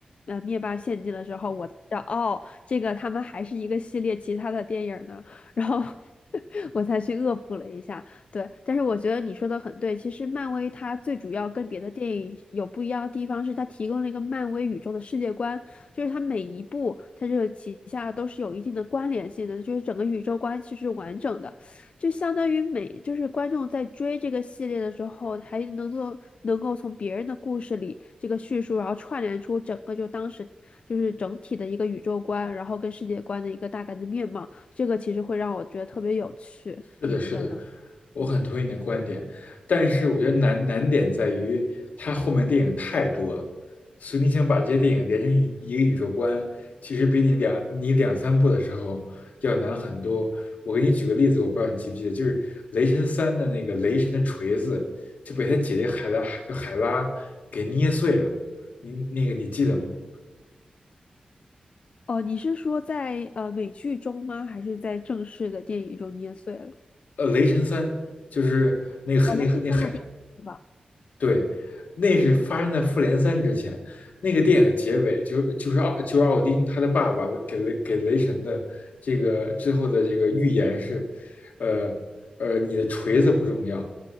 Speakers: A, on the left (about 50°); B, on the left (about 80°).
A: 呃灭霸献祭了之后，我才知道哦，这个他们还是一个系列其他的电影呢，然后 <laughs> 我才去恶补了一下。对，但是我觉得你说的很对。其实漫威它最主要跟别的电影有不一样的地方是，它提供了一个漫威宇宙的世界观，就是它每一部它这个旗下都是有一定的关联性的，就是整个宇宙关系是完整的，就相当于每就是观众在追这个系列的时候，还能够能够从别人的故事里这个叙述，然后串联出整个就当时就是整体的一个宇宙观，然后跟世界观的一个大概的面貌，这个其实会让我觉得特别有趣。
B: 是的，
A: 你觉得呢？
B: 是的，我很同意你的观点，但是我觉得难难点在于它后面电影太多了，所以你想把这些电影连成一一个宇宙观，其实比你两你两三部的时候要难很多。我给你举个例子，我不知道你记不记得，就是《雷神三》的那个雷神的锤子就被他姐姐海拉就海拉给捏碎了，你那个你记得吗？
A: 哦，你是说在呃美剧中吗？还是在正式的电影中捏碎了？
B: 呃，《雷神三》就是那个那个那海
A: 哦，那第三的电影是吧？
B: 对，那是发生在《复联三》之前。那个电影的结尾就就是奥就是奥丁他的爸爸给雷给雷神的这个最后的这个预言是，呃呃，你的锤子不重要，